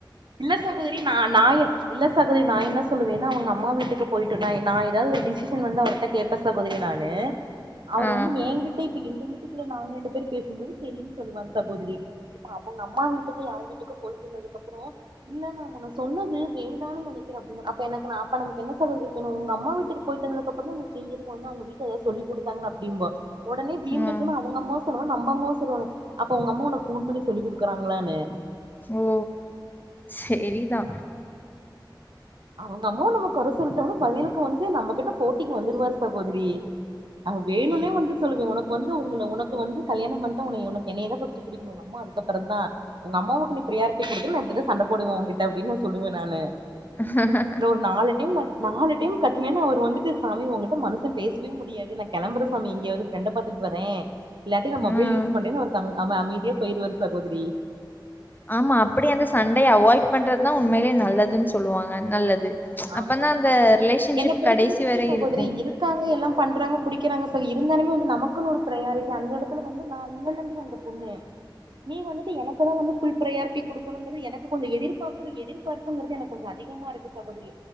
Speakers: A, on the right; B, on the left.
A: இல்ல சகோதரி நா நா என் இல்ல சகோதிரி நா என்ன சொல்லுவேன்னா அவுங்க அம்மா வீட்டுக்கு போயிட்டு நா நா எதாவது ஒரு டிசிஷன் வந்து அவர்கிட்ட கேப்ப ஸ் சகோதரி நானு அவர்
B: ஆ,
A: வந்து எங்கிட்ட இப்ப எங்க வீட்டு இல்ல நாங்க ரெண்டு பேர் பேசுபோது செரின்னு சொல்லுவாரு சகோதிரி இப்ப அவங்க அம்மா வீட்டுக்கு யார் வீட்டுக்கோ போயிட்டு வந்ததுக்கு அப்பறோ இல்ல நா முன்ன சொன்னது வேண்டானு நெனைக்கிறே அப்டின்பாரு அப்ப எனக் கு நா அப்ப நமக்கு என்ன சகோதரிக்கு தோணு உங்க அம்மா வீட்டுக்கு போயிட்டு வந்தது அப்றோ நா இந்த சேஞ்சு இருக்கு ஏனா அவுங்க வீட்ல எதாவது சொல்லி குடுத்தாங்க அப்டிம்போ உடனே வீம்புக்குன்னு
B: ம்.
A: அவுங்க அம்மா சொன்னோனா நம்ம அம்மா சொல்லுவாங்க அப்ப உங்க அம்மா உனக்கு ஃபோன் பண்ணி ஸ் சொல்லி குடுக்குறாங்களானு
B: ஓ செரிதா
A: அவுங்க அம்மாவ நம்ம கொற சொல்ட்டோம்னா பதிலுக்கு வந்து நம்ம கிட்ட போட்டிக்கு வந்துருவாரு சகோதிரி அவ வேணுனே வந்து சொல்லுவே உனக்கு வந்து உங்க உனக்கு வந்து கல்யாண பண்ட்டா உனய உனக்கு என்னய தா ஃபஸ்ட்டு பிடிக்கணு உங்க அம்மா அதுக்கப்பறோ தா உங்க அம்மாவுக்கு நீ பெர்யாரிட்டி குடுத்தின்னா நா இப்டிதா சண்ட போடுவே உங்ககிட்ட அப்டின்னு சொல்லுவே நானு
B: ஹ
A: இன்னு ஒரு நாலு டைம் நா நாலு டைம் கத்துனேன்னு அவர் வந்துட்டு சாமி ஒங்கிட்ட மனுசே பேசவே முடியாது ந கெளம்புற சாமி எங்கியாது ஃப்ரண்ட பாத்துட்டு வரே இல்லாட்டி நா மொபைல்
B: ம்.
A: யூஸ் பண்றேணு அவ்ரு கம் அம அமைதிய போய்ட்டுவரு சகோதரி
B: ஆமா அப்டி சண்டய அவொய்ட் பண்றது தா உண்மையிலே நல்லதுன்னு சொல்லுவாங்க நல்லது
A: ஆமா
B: அப்பதான்
A: சகோதரி
B: அந்த ரிலேஷன்ஷிப்
A: என்ன பொறுத்த
B: கடைசி
A: வரைக்கு
B: வரை
A: சகோதரி
B: இருக்கும்.
A: இருக் காங்க எல்லா பண்ணுறாங்க புடிக்கறாங்க சேரி இருந்தாலுமே வந்து நமக்குன்னு ஒரு ப்ரையாரிட்டி அந்த எடத்துல வந்து நா உன்ன நம்பி வந்த பொண்ணு நீங்க வந்துட்டு எனக் குனு வந்து ஃபுல் ப்ரையாரிட்டி குடுக்குங்கிறது எனக்கு கொஞ்ச எதிர்பாப்புரு எதிர்பார்புங்குறது எனக் கொஞ்சோ அதிகமா இருக்கு சகோதரி